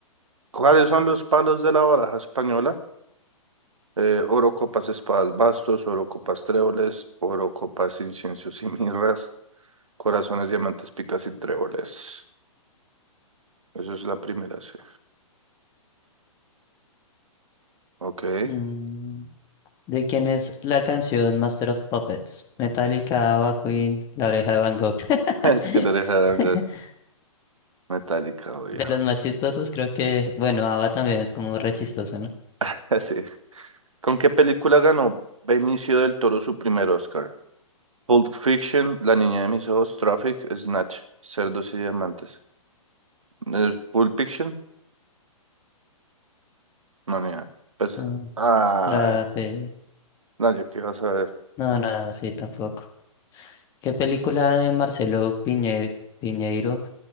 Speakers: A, on the right; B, on the left.
A: ¿Cuáles son los palos de la baraja española? Eh, oro, copas, espadas, bastos, oro, copas, tréboles, oro, copas, inciensos y mirras, corazones, diamantes, picas y tréboles. Eso es la primera, sí. Ok. <laughs>
B: Mm, ¿De quién es la canción Master of Puppets? Metallica, Ava Queen, La Oreja de Van Gogh.
A: Es
B: <laughs>
A: que la oreja de Van Gogh, metálica, obvio.
B: De los más chistosos creo que, bueno, Ava también es como re chistoso, ¿no?
A: <laughs> así ¿Con qué película ganó Benicio del Toro su primer Oscar? Pulp Fiction, La niña de mis ojos, Traffic, Snatch, Cerdos y Diamantes. Eh, ¿Pulp Fiction? No, ni idea. Pues,
B: Mm,
A: ah,
B: Rafe,
A: no, yo qué iba a saber.
B: no, nada, sí, tampoco. ¿Qué película de Marcelo Piñe- Piñeiro